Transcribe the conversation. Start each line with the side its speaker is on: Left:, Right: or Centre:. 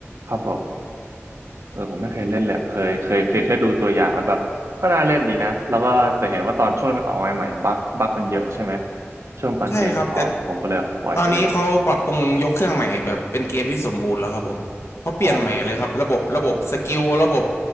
Right: ครับผมเออผมไม่เคยเล่นเลยเคยเคยเคยแค่ดูตัวอย่างแล้วแบบก็น่าเล่นดีนะแล้วก็แต่เห็นว่าตอนช่วงมันออกมาใหม่ๆบั๊กบั๊กมันเยอะใช่ไหมช่วงตอนเกมเพิ่งออกผมก็เลยปล่อยไปเลย
Left: ใช่ครับแต่ตอนนี้เขาปรับปรุงยกเครื่องใหม่แบบเป็นเกมที่สมบูรณ์แล้วครับผมเขาเปลี่ยนใหม่เลยครับระบบระบบสกิลระบบ
Right: โอเค